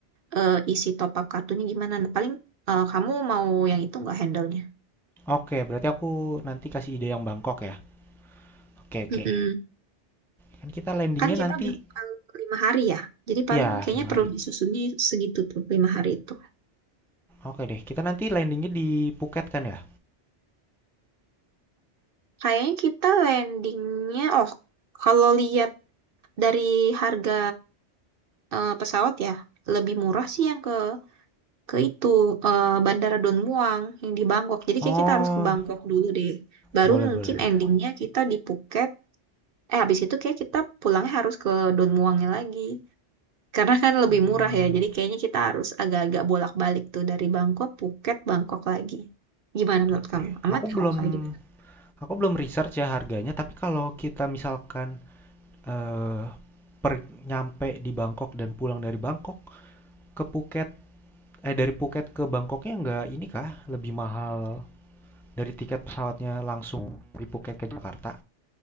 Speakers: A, on the right; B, in the centre.
A: eh, isi top up kartunya gimana? Nah, paling eh, kamu mau yang itu nggak handle-nya?
B: Oke, berarti aku nanti kasih ide yang Bangkok ya. Oke, oke.
A: Mm-mm.
B: Kan kita landingnya
A: Kan
B: nanti,
A: kita bakal lima hari ya, jadi
B: ya
A: paling kayaknya
B: lima hari.
A: perlu disusunnya segitu tuh lima hari itu.
B: Oke deh, kita nanti landingnya di Phuket kan ya?
A: Kayaknya kita landingnya, oh kalau lihat dari harga eh, pesawat ya lebih murah sih yang ke ke itu eh, Bandara Don Muang yang di Bangkok. Jadi
B: Oh,
A: kayak kita harus ke Bangkok dulu deh. Baru
B: boleh,
A: mungkin
B: boleh, boleh.
A: endingnya kita di Phuket. Eh habis itu kayak kita pulangnya harus ke Don Muangnya lagi. Karena kan lebih
B: Hmm,
A: murah ya. Jadi kayaknya kita harus agak-agak bolak-balik tuh dari Bangkok, Phuket, Bangkok lagi. Gimana menurut
B: oke.
A: kamu? Amat
B: Aku
A: ya
B: belum
A: kalau kayak gitu?
B: Aku belum research ya harganya, tapi kalau kita misalkan, eee, per nyampe di Bangkok dan pulang dari Bangkok ke Phuket eh, dari Phuket ke Bangkoknya nggak ini kah, lebih mahal dari tiket pesawatnya langsung dari Phuket ke Jakarta?